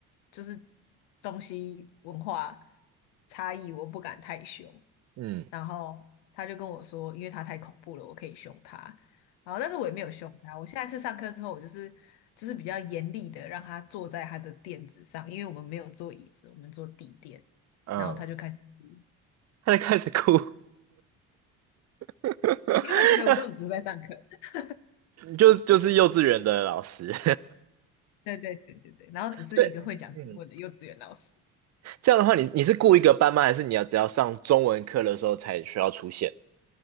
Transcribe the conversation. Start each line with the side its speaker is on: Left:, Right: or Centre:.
Left: 就是东西文化差异，我不敢太凶。
Right: 嗯
Left: 然后他就跟我说，因为他太恐怖了，我可以凶他。然后，但是我也没有凶他。我下一次上课之后，我就是就是比较严厉的让他坐在他的垫子上，因为我们没有坐椅子，我们坐地垫。
Right: 嗯，
Left: 然后他就开始哭。
Right: 他就开始哭，<laughs>
Left: 你有没有觉得我根本不是在上课？<laughs>
Right: 就就是幼稚园的老师，
Left: 对对对对对。然后只是一个会讲中文的幼稚园老师。
Right: <laughs> 对，嗯，这样的话你你你是雇一个班吗？还是你要只要上中文课的时候才需要出现？